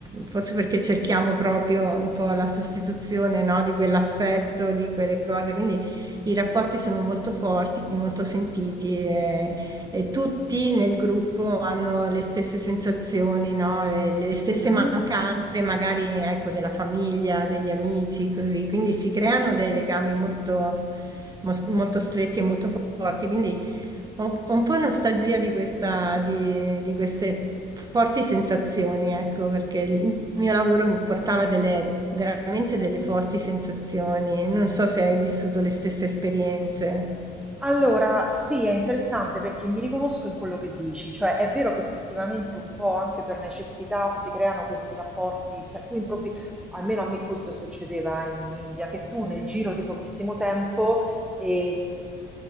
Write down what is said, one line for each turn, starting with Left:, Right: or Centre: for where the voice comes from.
Right: forse perché cerchiamo proprio un po' la sostituzione, no, di quell'affetto, di quelle cose, quindi i rapporti sono molto forti, molto sentiti e e tutti nel gruppo hanno le stesse sensazioni, no? Le, le stesse
Centre: Mhm,
Right: mancanze,
Centre: mhm.
Right: magari ecco, della famiglia, degli amici, così. Quindi si creano dei legami molto, mos- molto stretti e molto forti. Quindi ho, ho un po' nostalgia di questa, di, di queste forti sensazioni, ecco, perché il mio lavoro mi portava delle, veramente delle forti sensazioni. Non so se hai vissuto le stesse esperienze.
Centre: Allora, sì, è interessante perché mi riconosco in quello che dici, cioè è vero che effettivamente un po' anche per necessità si creano questi rapporti, cioè tu improvvisi, almeno a me questo succedeva in India, che tu nel giro di pochissimo tempo eh,